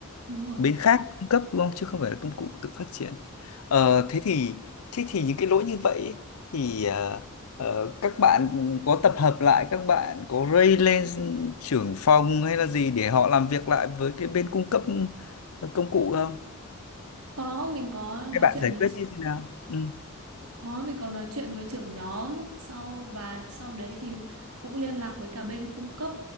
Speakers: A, on the right (about 90°); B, on the left (about 80°).
A: Đúng rồi.
B: bên khác cung cấp đúng không chứ không phải là công cụ tự phát triển ờ, thế thì thế thì những cái lỗi như vậy ấy, thì ờ, ờ, các bạn có tập hợp lại các bạn có raise lên trưởng phòng hay là gì để họ làm việc lại với cái bên cung cấp ờ, công cụ không
A: Có mình có nói
B: các bạn
A: chuyện
B: giải
A: với
B: quyết như thế nào ừ.
A: Có, mình có nói chuyện với trưởng nhóm sau và sau đấy thì cũng liên lạc với cả bên cung cấp